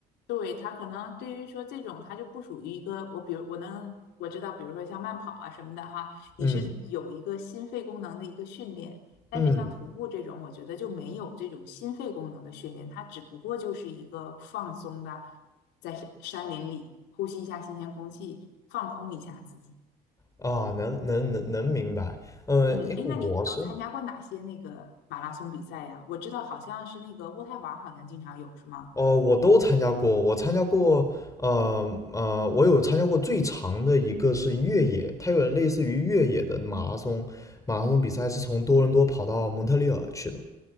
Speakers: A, on the left; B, on the left.
A: 对，他可能对于说这种，他就不属于一个我，比如我能我知道，比如说像慢跑啊什么的哈，你是有一个心肺功能的一个训练，
B: 嗯
A: 但是像徒步这种，
B: 嗯，
A: 我觉得就没有这种心肺功能的训练，它只不过就是一个放松的，在山山林里呼吸一下新鲜空气，放空一下自己。
B: 啊，能能能能明白。呃，
A: 嗯，
B: 因为我是。
A: 哎，那你都参加过哪些那个马拉松比赛呀？我知道好像是那个渥太华好像经常有，是吗？
B: 哦，我都参加过，我参加过，呃呃，我有参加过最长的一个是越野，它有点类似于越野的马拉松，马拉松比赛是从多伦多跑到蒙特利尔去的。